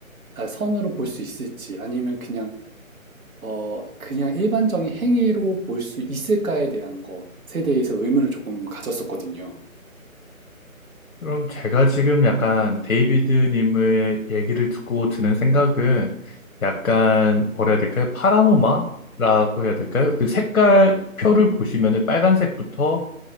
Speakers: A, on the right (about 75°); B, on the left (about 70°).
A: 아, 선으로 볼 수 있을지 아니면 그냥 어 그냥 일반적인 행위로 볼 수 있을까에 대한 것에 대해서 의문을 조금 가졌었거든요.
B: 그럼 제가 지금 약간 데이비드님의 얘기를 듣고 드는 생각은 약간 뭐라 해야 될까요? 파라노마라고 해야 될까요? 그 색깔 표를 보시면은 빨간색부터